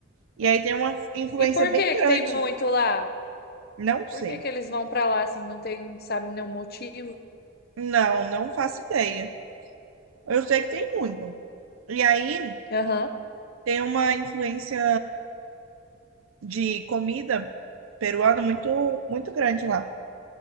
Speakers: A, on the right; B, on the left.
A: E aí tem uma influência
B: E por
A: bem
B: que
A: grande.
B: que tem muito lá?
A: Não sei.
B: Por que que eles vão pra lá assim? Não tem, sabe, nenhum motivo?
A: Não, não faço ideia. Eu sei que tem muito. E aí
B: Aham.
A: tem uma influência de comida peruana muito, muito grande lá.